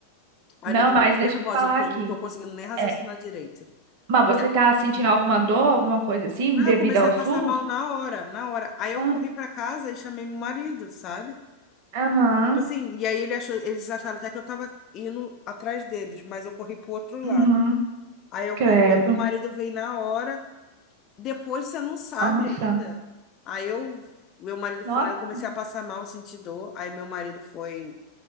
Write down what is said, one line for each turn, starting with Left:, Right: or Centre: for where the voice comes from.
Left: Olha,
Right: Não,
Left: eu tô
Right: mas
Left: muito
Right: deixa
Left: nervosa,
Right: eu te falar
Left: eu não tô,
Right: aqui.
Left: não tô conseguindo nem raciocinar
Right: É,
Left: direito.
Right: mas
Left: E
Right: você
Left: aí-
Right: tá sentindo alguma dor, alguma coisa assim,
Left: Não,
Right: devido
Left: eu comecei
Right: ao
Left: a passar
Right: SUS?
Left: mal na hora, na hora. Aí eu
Right: Ah,
Left: corri pra casa e chamei meu marido, sabe?
Right: Aham,
Left: Tipo assim, e aí ele achou, eles acharam até que eu tava indo atrás deles, mas eu corri pro outro
Right: uhum,
Left: lado. Aí eu
Right: credo.
Left: corri, aí meu marido veio na hora. Depois você não sabe
Right: Nossa.
Left: ainda. Aí eu, meu marido
Right: Nossa.
Left: foi, eu comecei a passar mal, senti dor. Aí meu marido foi,